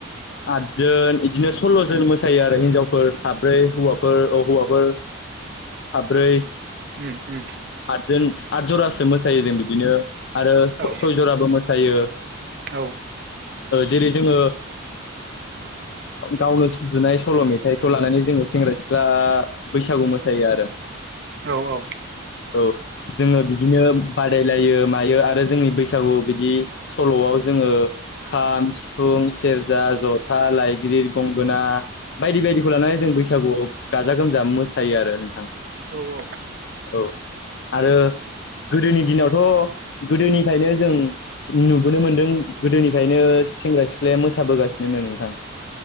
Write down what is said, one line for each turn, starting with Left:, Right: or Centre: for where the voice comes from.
Left: आदजोन बिदिनो सल्लजोन मोसायो आरो हिनजाव साब्रै हौवाफोर हौवाफोर साब्रै
Right: उम उम
Left: आतजोन आथ जरासो मोसायो जों बिदिनो आरो
Right: औ
Left: सय जराबो मोसायो
Right: औ
Left: जेरै जोङो गावनो सुजुनाय सल' मेथाइ खौ लानानै जोङो सेंग्रा सिख्ला बैसागु मोसायो आरो
Right: औ औ
Left: औ जोङो बिदिनो बादाय बिलायो मायो आरो जोंनि बैसागु बिदि सल'वाव जोङो खाम सिफुं सेरजा, जथा, लइग्रिद, गंगोना बायदि बायदि खौ लानानै जों बैसागुआव गाजा गोमजा मोसायो आरो नोंथां
Right: औ औ
Left: औ आरो गोदोनि दिनावथ गोदोनिफ्रायनो जों नुबोनो मोनदों गोदोनिफ्रायनो सेंग्रा सिख्लाया मोसाबोगासिनोनो नोंथां